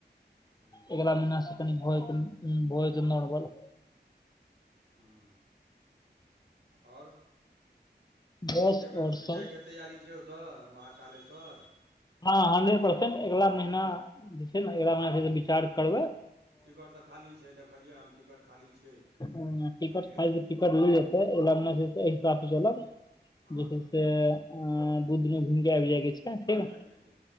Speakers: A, on the right; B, on the left.
A: हूँ
B: ऐगला महिना से कनि भ जेतय उम्म भ जेतय नॉर्मल।
A: हुं और
B: बस
A: जेबय
B: आओर
A: की
B: सब
A: जायके तैयारी छै ओतय महाकालेश्वर?
B: हां हंड्रेड परसेंट ऐगला महीना जे छै नै ऐगला महीना से विचार करबय।
A: टिकट तै खाली छै, देखलिए हम टिकट खाली छै।
B: हां टिकट
A: कहलियै
B: खाली छै, टिकट लेल जेतै ओय लै नै छै एके साथे चलब।
A: हँ
B: जे छै से ऐ दुई दिन में घुईम के ऐब जाय के छै फेर
A: आयल जेतै